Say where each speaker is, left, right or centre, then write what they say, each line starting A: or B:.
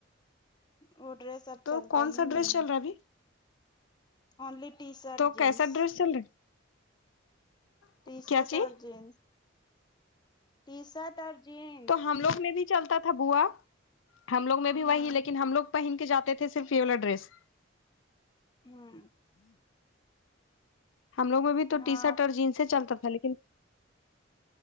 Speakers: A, on the left; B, on the left.
A: وہ ڈریس سب
B: تو
A: چلتا
B: کون سا
A: ہی
B: ڈریس
A: نہیں
B: چل
A: ہے
B: رہا ابھی
A: اونلی ٹی شرٹ
B: تو
A: جینس
B: کیسا ڈریس چل رہا ہے
A: ٹی شرٹ
B: کیا چیز
A: اور جیینس ٹی شرٹ اور جینس
B: تو ہم لوگ میں بھی چلتا تھا بووا ہم لوگ میں بھی
A: ہوں
B: وہی لیکن ہم لوگ پہن کے جاتے صرفی والا ڈریس
A: ہمم
B: ہم لوگ میں بھی تو
A: ہاں
B: ٹی شرٹ اور جینس ہی چلتا تھا لیکن